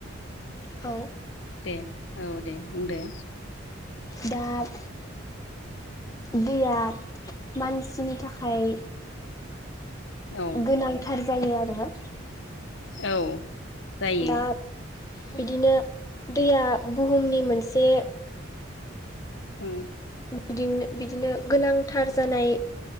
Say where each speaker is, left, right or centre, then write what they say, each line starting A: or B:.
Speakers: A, on the left; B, on the left.
A: औ
B: दे औ दे बुंदो
A: दाब दैया मानसिनि थाखाय
B: औ
A: गोनांथार जायो आरो
B: औ जायो
A: दा बिदिनो दैया बुहुमनि मोनसे
B: उम
A: बिदिनो बिदिनो गोनांथार जानाय